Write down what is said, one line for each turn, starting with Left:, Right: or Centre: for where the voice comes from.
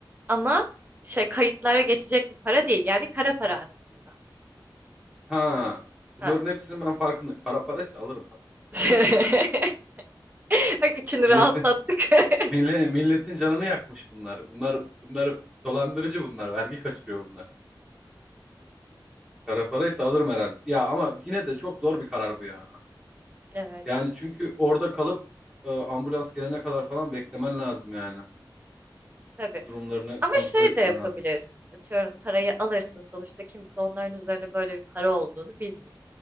Right: Ama şey kayıtlara geçecek bir para değil. Yani kara para aslında.
Centre: Ha. Bunların
Right: Ha.
Centre: hepsinin ben farkında. Kara paraysa alırım abi.
Right: <laughs> Bak içini
Centre: Milleti,
Right: rahatlattık. <laughs>
Centre: mille, milletin canını yakmış bunlar. Bunlar bunlar dolandırıcı bunlar. Vergi kaçırıyor bunlar. Kara paraysa alırım herhalde. Ya ama yine de çok zor bir karar bu ya.
Right: Evet.
Centre: Yani çünkü orada kalıp e, ambulans gelene kadar falan beklemen lazım yani.
Right: Tabii.
Centre: durumlarını
Right: Ama
Centre: kontrol
Right: şey
Centre: etmen
Right: de yapabilirsin.
Centre: lazım.
Right: Atıyorum parayı alırsın. Sonuçta kimse onların üzerine böyle bir para olduğunu bilmiyor.